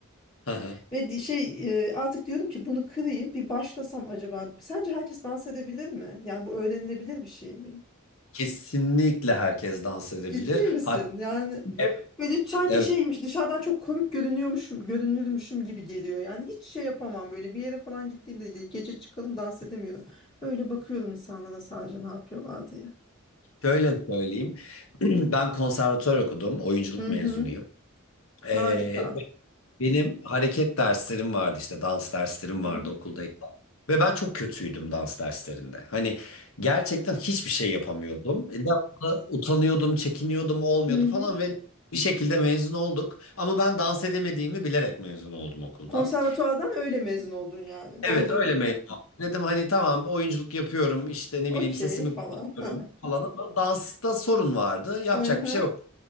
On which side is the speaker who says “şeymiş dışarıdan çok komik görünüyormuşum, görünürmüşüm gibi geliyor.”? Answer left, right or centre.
Left